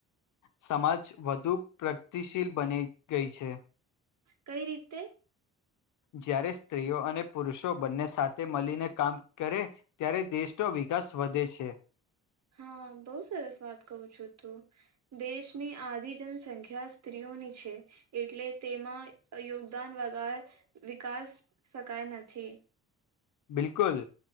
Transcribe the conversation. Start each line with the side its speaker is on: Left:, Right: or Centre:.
Left: સમાજ વધુ પ્રગતિશીલ બની ગઈ છે,
Right: કઈ રીતે?
Left: જ્યારે સ્ત્રીઓ અને પુરુષો બંને સાથે મળીને કામ કરે ત્યારે દેશનો વિકાસ વધે છે.
Right: હા, બઉ સરસ વાત કું છું તું દેશની આધી જનસંખ્યા સ્ત્રીઓની છે, એટલે તેમાં યોગદાન વગર વિકાસ શકાય નથી,
Left: બિલકુલ